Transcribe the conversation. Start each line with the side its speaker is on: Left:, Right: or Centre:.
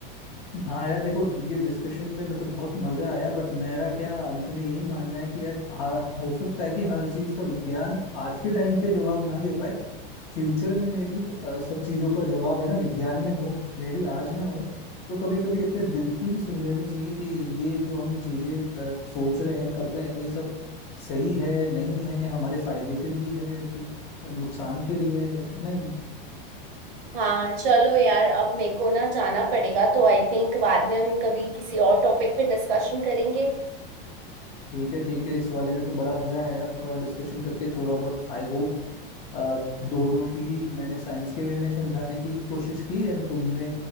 Left: हाँ यार देखो ये डिस्कशन में मतलब बहुत मजा आया बट मेरा क्या अंत में यही मानना है कि यार हर- हो सकता है कि हर चीज का विज्ञान आज के टाइम पे जवाब ना दे पाए फ्यूचर में मे बी सब चीजों का जवाब है ना विज्ञान में हो मे बी आज ना हो तो कभी कभी अपने दिल की भी सुन लेनी चाहिए कि ये जो हम चीजें अ, सोच रहे हैं कर रहे हैं ये सब सही है नहीं है हमारे फायदे के लिए है कि नुकसान के लिए है बस इतना ही है
Right: हाँ चलो यार अब मेरे को ना जाना पड़ेगा तो आई थिंक बाद में हम कभी किसी और टॉपिक पे डिस्कशन करेंगे
Left: ठीक है ठीक है इस वाले में तो बड़ा मजा आया यार थोड़ा डिस्कशन करके थोड़ा बहुत आई होप अ, दोनों की ही मैंने साइंस के वे में समझाने की कोशिश की एंड तुमने